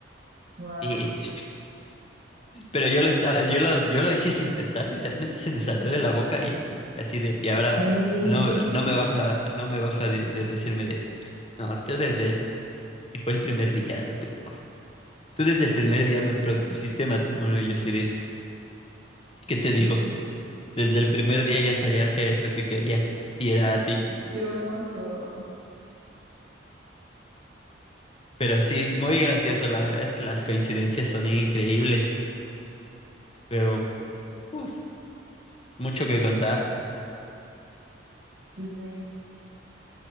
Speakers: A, on the right; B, on the left.
A: wow,
B: Y- <laughs> Pero yo lo, estaba, yo lo, yo lo dije sin pensar, literalmente se me salió de la boca y así de, y ahora
A: ok, ay,
B: no, no me baja, no me baja de, de decirme de, no, tú desde, y fue el primer día lo peor. Tú desde el primer día me propusiste matrimonio y yo así de, ¿qué te digo? Desde el primer día ya sabía qué es lo que quería y era a ti.
A: qué hermoso.
B: Pero sí, muy gracioso, la verdad es que las coincidencias son increíbles, pero, uff, mucho que contar.
A: Sí, sí.